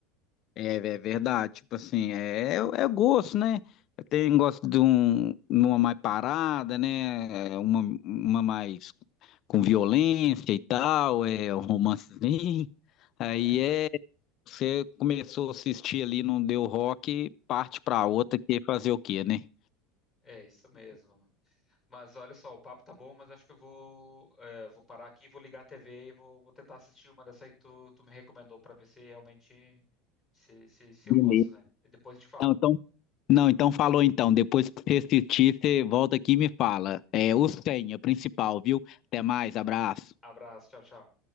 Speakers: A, on the left; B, in the centre.
A: É, é verdade, tipo assim, é, é é gosto, né? Tem gosto de um, uma mais parada, né? É, Uma, uma mais com violência e tal, é um romancezinho. Aí
B: É,
A: é, você começou a assistir ali, não deu rock, parte pra outra, que é fazer o quê, né?
B: é isso mesmo. Mas olha só, o papo tá bom, mas acho que eu vou, é, vou parar aqui, vou ligar a TV e vou, vou tentar assistir uma dessa aí que tu, tu me recomendou pra ver se realmente se, se, se
A: Beleza.
B: eu gosto, né? E depois te falo.
A: Não, então, não, então falou então, depois que você assistir, você volta aqui e me fala. É, o senha, principal, viu? Até mais, abraço.
B: Abraço, tchau, tchau.